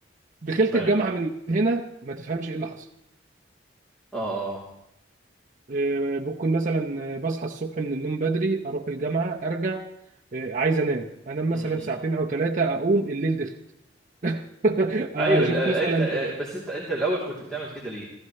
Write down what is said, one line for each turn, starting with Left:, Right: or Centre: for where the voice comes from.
Right: دخلت
Centre: ما
Right: الجامعه من هنا ما تفهمش ايه اللي حصل
Centre: اه اه
Right: آه، ممكن مثلا آه، بصحى الصبح من النوم بدري اروح الجامعه ارجع آه، عايز انام انام
Centre: م-
Right: مثلا
Centre: م.
Right: ساعتين او ثلاثه اقوم الليل دخل <laughs> اشوف
Centre: ايوه ال- آه،
Right: مثلا
Centre: انت آه، بس انت انت الاول كنت بتعمل كده ليه؟